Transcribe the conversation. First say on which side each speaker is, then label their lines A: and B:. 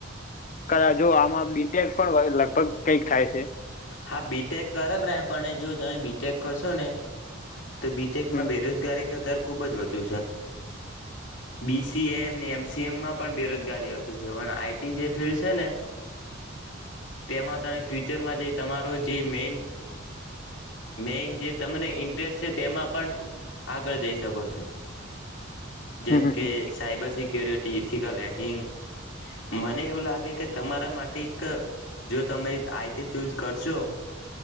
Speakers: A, on the left; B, on the left.
A: કા જો આમાં બી પણ લગભગ કંઈક થાય છે.
B: હા બીટેક કરવ રહે પણ જો તમે બીટેક કરશો ને તો બીટેકમાં
A: હમ
B: બેરોજગારીનો દર ખૂબજ વધુ બી-સી-એમ એમ સી એમમાં પણ બેરોજગારી વધુ છે પણ આઈટી જે ફિલ્ડ છેને તેમાં તમે ફ્યુચરમાં જે તમારો જે મેન મેન જે તમને ઇન્ટરેસ્ટ છે તેમાં પણ આગળ જઈ શકો છો. જેમ
A: હમ હમ
B: કે સાયબર સિક્ય્યોરિટી એથિક્સ હેડિંગ મને એવું લાગે કે તમારા માટે એક જો તમે આઈટી ચૂઝ કરજો.